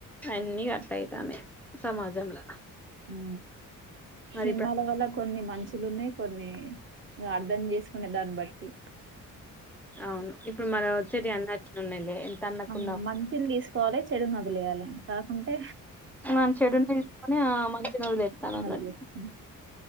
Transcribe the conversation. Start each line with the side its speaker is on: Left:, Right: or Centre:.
Centre: అన్నీ కట్టాయ్ తనే సమాజంల
Right: ఉ
Centre: మరి
Right: సిన్మాల
Centre: ఇప్పుడు
Right: వల్ల కొన్ని మంచిలున్నాయి కొన్ని అర్ధం చేసుకునే దాన్బట్టి
Centre: అవును ఇప్పుడు మరి ఓచ్చేటివి అన్ని అట్లున్నాయి లే ఎంత అన్నకున్న
Right: ఆ! మంచిని దీసుకోవాలి. చెడునొదిలేయాలి. కాకుంటే
Centre: మన్ చెడుని తీసుకొని ఆ మంచి నీ వదిలేస్తన్నాం
Right: తీసుకొని
Centre: అన్నట్టు
Right: ఒదిలేస్తున్నాం.